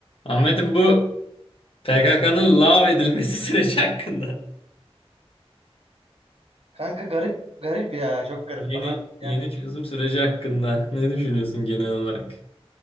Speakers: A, on the left; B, on the right.
A: Ahmet'im bu PKK'nın lav edilmesi <laughs> süreci hakkında.
B: Kanka garip garip ya çok garip
A: Yeni
B: bana
A: yeni
B: yani,
A: çözüm süreci hakkında ne düşünüyorsun genel olarak?